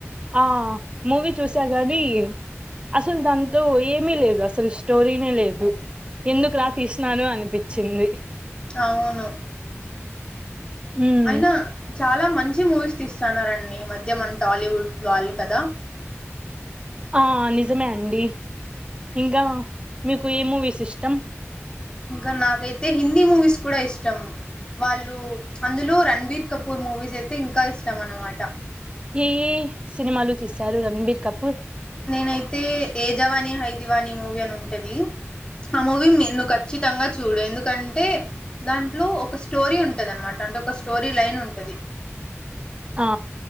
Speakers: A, on the right (about 20°); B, on the left (about 20°).
A: ఆ మూవీ చూసా కానీ అసలు దాంతో ఏమీ లేదు అసలు స్టోరీనే లేదు ఎందుకు రా తీసినాను అనిపించింది
B: అవును
A: ఉమ్
B: అయినా చాలా మంచి మూవీస్ తీస్తున్నారండి ఈ మధ్య మన టాలీవుడ్ వాళ్ళు కదా
A: ఆ నిజ జమే అండి ఇంకా మీకు ఏ మూవీస్ ఇష్టం
B: ఇంకా నాకైతే హిందీ మూవీస్ కూడా ఇష్టం వాళ్ళు అందులో రణబీర్ కపూర్ మూవీస్ అయితే ఇంకా ఇష్టం అనమాట
A: ఏయి సినిమాలు తీశారు రంబీర్ కపూ
B: నేనైతే యజవానీ హైదివానీ మూవీ అని ఉంటది ఆ మూవీ నిన్న ఖచ్చితంగా చూడు ఎందుకంటే దాంట్లో ఒక స్టోరీ ఉం ఉంటది అనమాట అంటే ఒక స్టోరీ లైన్ ఉంటది
A: ఆ